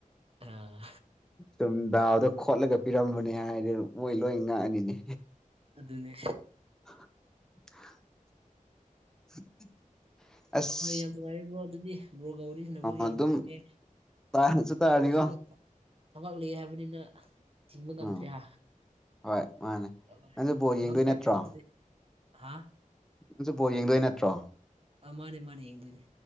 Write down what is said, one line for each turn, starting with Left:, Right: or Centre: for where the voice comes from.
Right: ꯑꯥ
Centre: ꯁꯨꯝ ꯗꯥꯎꯗ ꯈꯣꯠꯂꯒ ꯄꯤꯔꯝꯕꯅꯦ ꯍꯥꯏꯔꯗꯤ ꯃꯣꯏ ꯂꯣꯏ ꯉꯥꯛꯑꯅꯤꯅꯦ꯫
Right: ꯑꯗꯨꯅꯦ
Centre: <inaudible> ꯑꯁ
Right: ꯍꯣꯏ ꯌꯥꯝ ꯅꯨꯡꯉꯥꯏꯔꯦ ꯕ꯭ꯔꯣ ꯑꯗꯨꯗꯤ ꯕ꯭ꯔꯣꯒ ꯋꯥꯔꯤ ꯁꯥꯟꯅꯕꯁꯨ
Centre: ꯑ
Right: ꯌꯥꯝ
Centre: ꯑꯗꯨꯝ
Right: ꯐꯪꯉꯦ
Centre: ꯇꯥꯁꯨ ꯇꯥꯔꯅꯤꯀꯣ
Right: ꯕ꯭ꯔꯣꯁꯨ ꯊꯕꯛ ꯂꯩꯑꯦ ꯍꯥꯏꯕꯅꯤꯅ ꯊꯤꯡꯕ ꯉꯝꯗ꯭ꯔꯦ
Centre: ꯎꯝ
Right: ꯍꯥ
Centre: ꯍꯣꯏ ꯃꯥꯅꯦ
Right: ꯑ
Centre: ꯅꯪꯁꯨ ꯕꯣꯜ
Right: ꯃꯪ
Centre: ꯌꯦꯡꯗꯣꯏ
Right: ꯐꯥꯔꯁꯦꯀꯣ
Centre: ꯅꯠꯇ꯭ꯔꯣ
Right: ꯑꯗꯨꯗꯤ ꯍꯥꯥ
Centre: ꯅꯪꯁꯨ ꯕꯣꯜ ꯌꯦꯡꯗꯣꯏ ꯅꯠꯇ꯭ꯔꯣ
Right: ꯑ ꯃꯥꯅꯦ ꯃꯥꯅꯦ ꯌꯦꯡꯗꯣꯏꯅꯦ꯫